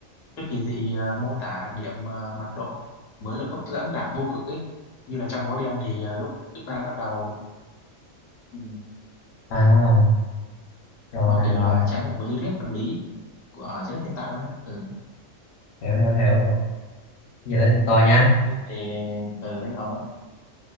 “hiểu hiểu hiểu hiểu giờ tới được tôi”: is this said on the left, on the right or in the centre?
Left